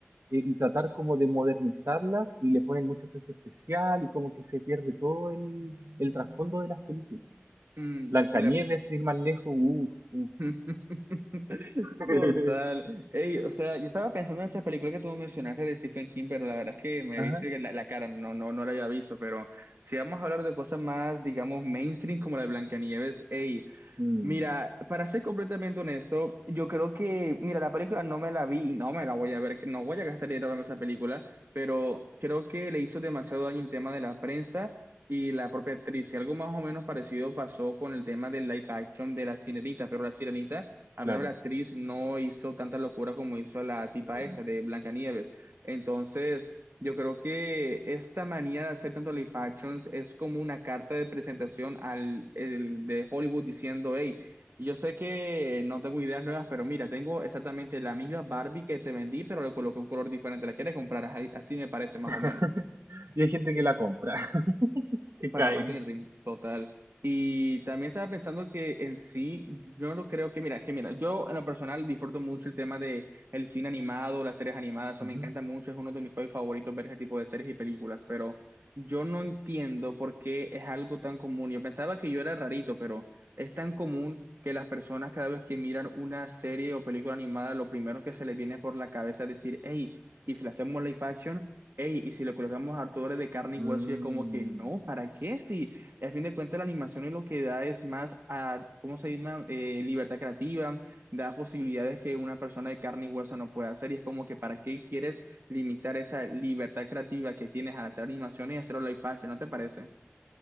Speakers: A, on the right (about 75°); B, on the right (about 60°).
A: eh, y tratar como de modernizarlas y le ponen mucho efecto especial y como que se pierde todo el, el trasfondo de las películas.
B: Mm,
A: Blancanieves,
B: la-
A: sin ir más lejos, uff, uff,
B: <laughs>
A: <laughs>
B: Total. Ey, o sea, yo estaba pensando en esa película que tú mencionaste de Stephen King, pero la verdad es que me
A: Ajá.
B: viste que la, la cara, no, no, no la había visto, pero si vamos a hablar de cosas más, digamos, mainstream como la de Blancanieves, ey,
A: Mm,
B: Mira, para ser completamente honesto, yo creo que, mira, la película no me la vi y no me la voy a ver, no voy a gastar dinero en esa película, pero creo que le hizo demasiado daño el tema de la prensa y la propia actriz. Y algo más o menos parecido pasó con el tema del live action de La Sirenita, pero La Sirenita, al
A: claro.
B: menos la actriz no hizo tanta locura como hizo la tipa
A: Mm.
B: esta de Blancanieves. Entonces, yo creo que esta manía de hacer tanto live actions es como una carta de presentación al el, de Hollywood diciendo, hey, yo sé que no tengo ideas nuevas, pero mira, tengo exactamente la misma Barbie que te vendí, pero le coloqué un color diferente. ¿La quieres comprar? Ahí- Así me parece más
A: <laughs>
B: o menos.
A: Y hay gente que la compra, <laughs> que
B: Para
A: cae.
B: más Inrim, total. Y también estaba pensando que en sí, yo no creo que, mira, que mira, yo en lo personal disfruto mucho el tema de el cine animado, las series animadas, eso
A: Ujú.
B: me encanta mucho, es uno de mis hobbies favoritos ver ese tipo de series y películas, pero yo no entiendo por qué es algo tan común. Yo pensaba que yo era rarito, pero es tan común que las personas cada vez que miran una serie o película animada, lo primero que se les viene por la cabeza es decir, hey, ¿y si le hacemos live action? Ey, y si le colocamos harto dólares de carne
A: Mm.
B: y hueso, y es como que no, ¿para qué? Si a fin de cuentas la animación es lo que da es más a, ¿cómo se llama? Eh, libertad creativa, da posibilidades que una persona de carne y hueso no puede hacer, y es como que ¿para qué quieres limitar esa libertad creativa que tienes al hacer animaciones y hacerlo live action? ¿No te parece?